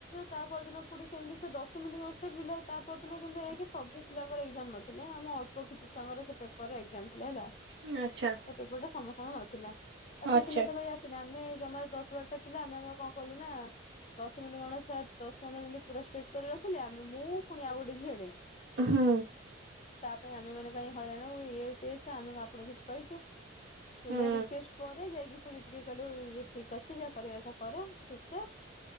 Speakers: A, on the left; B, on the right.
A: ତା ପରଦିନ ପୁଣି ସେମିତି ସେ ଦଶ ମିନିଟ୍ ସେ ପିଲା ତା ପରଦିନ କିନ୍ତୁ ଏ କି ସବୁ ପିଲା ଙ୍କର ଏକ୍ସ୍ରାମ୍ ନଥିଲେ ଆମ ଅଳ୍ପ କିଛି ଛୁଆଙ୍କର ସେ ପେପର ଏକ୍ସ୍ରାମ ଥିଲା ହେଲା।
B: ଆଚ୍ଛା।
A: ସେ ପେପର୍ ଟା ସମସ୍ତଙ୍କର ନଥିଲ। ଆ ସେ
B: ଆଚ୍ଛା
A: ପିଲା ତ ଭାଇ ଆସିିଲେ ଆମେ ଜମାର ଦଶ ବାରଟା ପିଲା ଆମେ ଆମ କଣ କଲୁ ନା ଦଶ ମିନିଟ୍ ଗଣେଶ ଦଶ ପନ୍ଦର ମିନିଟ୍ ପୁରା ଷ୍ଟ୍ରିଟି୍ କରି ରଖିଲେ ଆମେ ମୁଁ ପୁଣି ଗୋଟେ ଝିଅଟେ।
B: ହୁଁ।
A: ସେଥି ପାଇଁ ଆମେ ମାନେ କାହିଁ ହଇରାଣ ହବୁ ଇଏ ସିଏ ସେ ଆମେ ଆପଣଙ୍କୁ କିଛି କହିଛୁ? ସୁୁନିଆ
B: ହୁଁ
A: ରୁକେଶ ପରେ ଯାଇକି ପୁଣି ଟିକେ କହିଲେ ଠିକ ଅଛି ଯାହା କରିବା କଥା କର ଚୁପ୍ ଚାପ୍